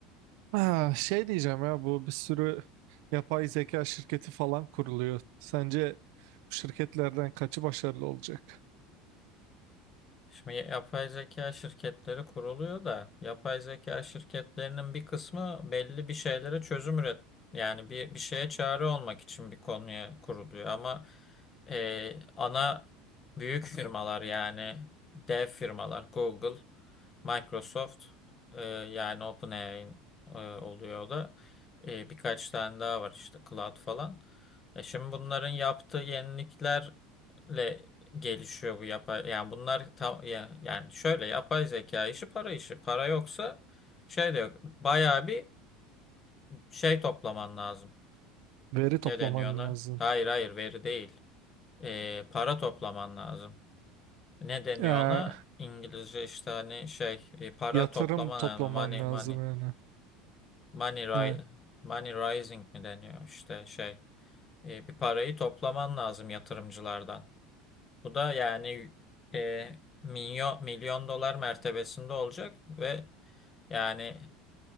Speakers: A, on the right (about 60°); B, on the left (about 20°).
A: Ha, şey diyeceğim ya bu bir sürü yapay zeka şirketi falan kuruluyor. Sence bu şirketlerden kaçı başarılı olacak?
B: Şimdi yapay zeka şirketleri kuruluyor da yapay zeka şirketlerinin bir kısmı belli bir şeylere çözüm üret yani bir bir şeye çare olmak için bir konuya kuruluyor ama e, ana büyük firmalar yani dev firmalar Google, Microsoft e, yani OpenAI e, oluyor o da E, birkaç tane daha var işte Cloud falan. E, şimdi bunların yaptığı yeniliklerle gelişiyor bu yapay yani bunlar tam ya yani şöyle yapay zeka işi para işi. Para yoksa şey de yok. Bayağı bir şey toplaman lazım.
A: Veri toplaman
B: Ne deniyor ona?
A: lazım.
B: Hayır hayır veri değil. Ee, para toplaman lazım. Ne deniyor
A: Ee,
B: ona? İngilizce işte hani şey e, para
A: yatırım
B: toplaman
A: toplaman
B: lazım. Money
A: lazım
B: money
A: yani.
B: money ri-
A: Evet.
B: money rising mi deniyor işte şey. E, bir parayı toplaman lazım yatırımcılardan. Bu da yani e, milyon, milyon dolar mertebesinde olacak ve yani